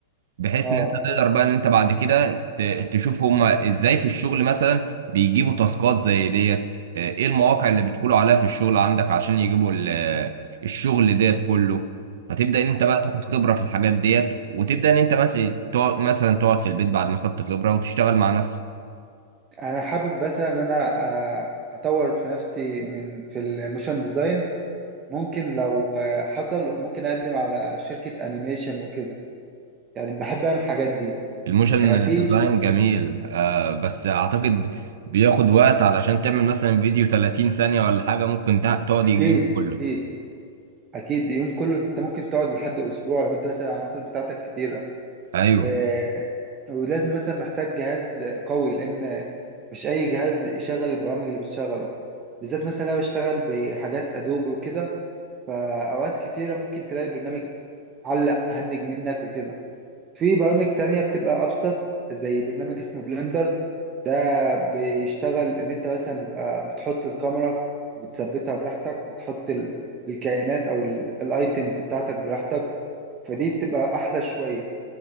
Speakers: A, on the right; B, on the right.
A: بحيث
B: اه
A: ان انت تقدر بقى ان انت بعد كده ت- تشوف هما ازاي في الشغل مثلا بيجيبوا تاسكات زي ديت آه، ايه المواقع اللي بيدخلوا عليها في الشغل عندك عشان يجيبوا ال- الشغل ديت كله فتبدأ ان انت
B: مم.
A: بقى تاخد خبرة في الحاجات ديت وتبدأ ان انت مثلا تقعد مثلا تقعد في البيت بعد ما خدت خبرة وتشتغل مع نفسك
B: انا حابب بس ان انا آه، اطور في نفسي من في الموشن ديزاين ممكن لو آه، حصل ممكن اقدم على شركة انيميشن وكده يعني بحب انا الحاجات دي
A: الموشن
B: يعني في
A: ديزاين
B: ش-
A: جميل آه بس اعتقد بياخد وقت علشان تعمل مثلا فيديو 30 ثانية ولا حاجة ممكن تع- تقعد
B: اكيد
A: يجي اليوم كله
B: اكيد اكيد يوم كله ده انت ممكن تقعد لحد اسبوع لو انت مثلا العناصر بتاعتك كتيرة
A: ايوه
B: و... ولازم مثلا محتاج جهاز قوي لان مش اي جهاز يشغل البرامج اللي بتشغله بالذات مثلا انا بشتغل بحاجات ادوبي وكده فأوقات كتيرة ممكن تلاقي البرنامج علق هنج منك وكده في برامج تانية بتبقى أبسط زي برنامج اسمه بلندر ده بيشتغل اللي انت مثلا بيبقى بتحط الكاميرا وبتثبتها براحتك وتحط ال- الكائنات او الايتيمز بتاعتك براحتك فدي بتبقى احلى شوية